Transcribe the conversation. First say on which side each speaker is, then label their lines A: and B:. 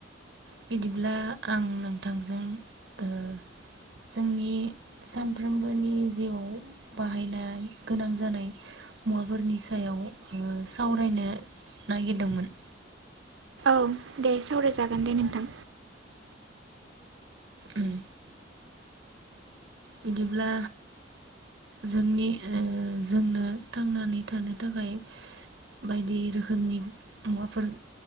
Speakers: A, on the right; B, on the right.
A: बिदिब्ला आं नोंथांजों ओ जोंनि सानफ्रोमबोनि जिउआव बाहायनाय गोनां जानाय मुवाफोरनि सायाव ओ सावरायनो नागिरदोंमोन।
B: औ दे सावरायजागोन दे नोंथां
A: उम बिदिब्ला जोंनि ओ जोंनो थांनानै थानो थाखाय बायदि रोखोमनि मुवाफोर